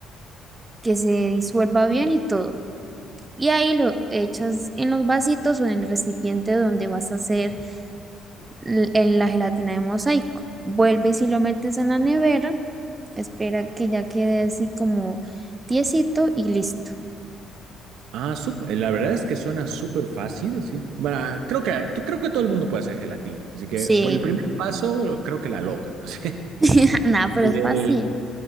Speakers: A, on the right (about 25°); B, on the right (about 75°).
A: que se disuelva bien y todo. Y ahí lo echas en los vasitos o en el recipiente donde vas a hacer l- el- la gelatina de mosaico. Vuelves y si lo metes en la nevera, espera que ya quede así como tiesito y listo.
B: Ah, sup- eh, la verdad es que suena súper fácil, así. Bueno, creo que, t- creo que todo el mundo puede hacer gelatina, así que
A: Sí,
B: por el primer paso creo que la logro. <laughs> así.
A: <laughs> Nada, pero
B: Y
A: es
B: del,
A: fácil.